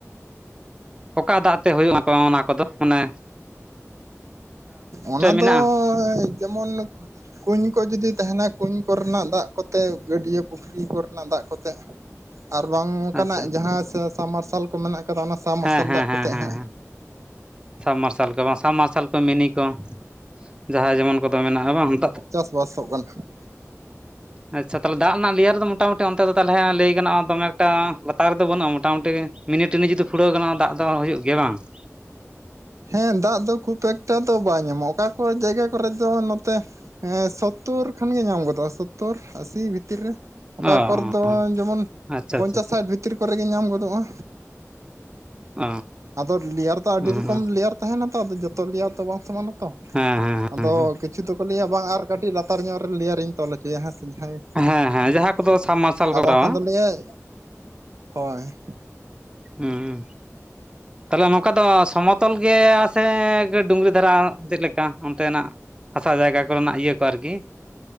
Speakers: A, on the right; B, on the right.
A: ᱚᱠᱟ ᱫᱟᱜ ᱛᱮ ᱦᱩᱭᱩᱜᱼᱟ ᱟᱯᱮ ᱚᱱᱟ ᱠᱚᱫᱚ ᱢᱟᱱᱮᱼᱼ
B: ᱚᱱᱟ
A: ᱢᱮᱱᱟᱜᱼᱟ
B: ᱫᱚ ᱡᱮᱢᱚᱱᱼᱼ ᱠᱩᱧ ᱠᱚ ᱡᱩᱫᱤ ᱛᱟᱦᱮᱱᱟ ᱠᱩᱧ ᱠᱚᱨᱮᱱᱟᱜ ᱫᱟᱜ ᱠᱚᱛᱮᱜ, ᱜᱟᱹᱰᱭᱟᱹ ᱯᱩᱠᱷᱨᱤ ᱠᱚᱨᱮᱱᱟᱜ ᱫᱟᱜ ᱠᱚᱛᱮᱜ ᱾ ᱟᱨ ᱵᱟᱝ ᱚᱱᱠᱟᱱᱟᱜ
A: ᱟᱪᱪᱷᱟ
B: ᱡᱟᱦᱟᱸ ᱥᱟᱵᱢᱟᱨᱥᱟᱞ ᱠᱚ ᱢᱮᱱᱟᱜ ᱠᱟᱫᱟ ᱚᱱᱟ ᱥᱟᱵᱢᱟᱨᱥᱟᱞ
A: ᱦᱮᱸ ᱦᱮᱸ
B: ᱫᱟᱜ
A: ᱦᱮᱸ
B: ᱠᱚᱼᱼ ᱛᱟᱦᱮᱜᱼᱼ
A: ᱦᱮᱸ ᱦᱮᱸ ᱥᱟᱵᱢᱟᱨᱥᱟᱞ ᱠᱚ ᱵᱟᱝ ᱥᱟᱵᱢᱟᱨᱥᱟᱞ ᱠᱚ ᱢᱤᱱᱤ ᱠᱚ ᱡᱟᱦᱟᱸᱭ ᱡᱮᱢᱚᱱ ᱠᱚᱫᱚ ᱢᱮᱱᱟᱜᱼᱟ ᱵᱟᱝ ᱾
B: ᱵᱟᱥᱚᱜ ᱠᱟᱱᱟ ᱾
A: ᱟᱪᱪᱷᱟ ᱛᱟᱦᱚᱞᱮ ᱫᱟᱜ ᱨᱮᱱᱟᱜ ᱞᱮᱤᱭᱟᱨ ᱫᱚ ᱢᱚᱴᱟᱢᱩᱴᱤ ᱚᱱᱛᱮ ᱫᱚ ᱛᱟᱦᱚᱞᱮ ᱦᱟᱸᱜ ᱞᱟᱹᱭ ᱜᱟᱱᱚᱜᱼᱟ ᱫᱚᱢᱮ ᱮᱠᱴᱟ ᱞᱟᱛᱟᱨ ᱨᱮᱫᱚ ᱵᱟᱹᱱᱩᱜᱼᱟ ᱢᱚᱴᱟᱢᱩᱴᱤᱼᱼ ᱢᱤᱱᱤᱼᱴᱤᱱᱤ ᱡᱩᱫᱤ ᱯᱷᱩᱲᱟᱹᱣ ᱜᱟᱱᱚᱜ-ᱟ ᱫᱟᱜ ᱫᱚ ᱦᱩᱭᱩᱜ ᱜᱮᱭᱟ ᱵᱟᱝ ᱾
B: ᱦᱮᱸ ᱫᱟᱜ ᱫᱚ ᱠᱷᱩᱵ ᱮᱠᱴᱟ ᱫᱚ ᱵᱟᱭ ᱧᱟᱢᱚᱜᱼᱟ ᱚᱠᱟ ᱠᱚ ᱡᱟᱭᱜᱟ ᱠᱚᱨᱮ ᱫᱚ ᱱᱚᱛᱮᱼᱼ ᱦᱮᱸ ᱥᱳᱛᱛᱳᱨ ᱠᱷᱚᱱᱜ ᱜᱮ ᱧᱟᱢ ᱜᱚᱫᱚᱜᱼᱟ ᱥᱳᱛᱛᱳᱨ ᱟᱥᱤ ᱵᱷᱤᱛᱤᱨ ᱨᱮ ᱾ ᱚᱠᱟ
A: ᱚ
B: ᱠᱚᱨᱮ ᱫᱚ ᱡᱮᱢᱚᱱ
A: ᱟᱪᱪᱷᱟ
B: ᱯᱚᱧᱪᱟᱥ
A: ᱟᱪᱪᱷᱟ ᱟᱪᱪᱷᱟ
B: ᱥᱟᱴ ᱵᱷᱤᱼᱼ ᱵᱷᱤᱛᱤᱨ ᱠᱚᱨᱮ ᱜᱮ ᱧᱟᱢ ᱜᱚᱫᱚᱜᱼᱟ,
A: ᱚ
B: ᱟᱫᱚ ᱞᱮᱭᱟᱨ ᱫᱚ ᱟᱹᱰᱤᱼᱼ
A: ᱦᱮᱸ
B: ᱞᱮᱭᱟᱨ ᱛᱟᱦᱮᱱᱟ ᱛᱚ ᱟᱫᱚ ᱡᱚᱛᱚ ᱞᱮᱭᱟᱨ ᱫᱚ ᱵᱟᱝ ᱥᱚᱢᱟᱱᱼᱟ ᱛᱚ
A: ᱦᱮᱸ
B: ᱾
A: ᱦᱮᱸ
B: ᱟᱫᱚ ᱠᱤᱪᱷᱩ ᱫᱚᱠᱚ ᱞᱟᱹᱭᱟ ᱵᱟᱝ ᱟᱨ ᱠᱟᱹᱴᱤᱡ ᱞᱟᱛᱟᱨ ᱧᱚᱜ ᱨᱮ ᱞᱮᱭᱟᱨᱤᱧ ᱛᱚᱞ ᱦᱚᱪᱚᱮᱭᱟ ᱦᱮᱸ ᱥᱮ ᱡᱟᱦᱟᱸᱭ
A: ᱦᱮᱸ ᱦᱮᱸ ᱡᱟᱦᱟᱸ ᱠᱚᱫᱚ
B: ᱾
A: ᱥᱟᱵ ᱢᱟᱨᱥᱟᱞ
B: ᱟᱨ
A: ᱠᱚ ᱠᱚᱨᱟᱣᱟ
B: ᱵᱟᱝᱠᱷᱟᱱ ᱫᱚ ᱞᱟᱹᱭᱟᱭ, ᱦᱳᱭ ᱾
A: ᱦᱩᱸ ᱛᱟᱦᱚᱞᱮ ᱱᱚᱝᱠᱟ ᱫᱚ ᱥᱚᱢᱚᱛᱚᱞ ᱜᱮᱭᱟ ᱾ ᱦᱮᱸ ᱰᱩᱝᱨᱤ ᱫᱷᱟᱨᱟ ᱪᱮᱫ ᱞᱮᱠᱼᱼ ᱠᱟ ᱚᱱᱛᱮᱱᱟᱜ ᱦᱟᱥᱟ ᱡᱟᱭᱜᱟ ᱠᱚᱨᱮᱱᱟᱜ ᱤᱭᱟᱹ ᱠᱚ ᱟᱨᱠᱤᱼᱼ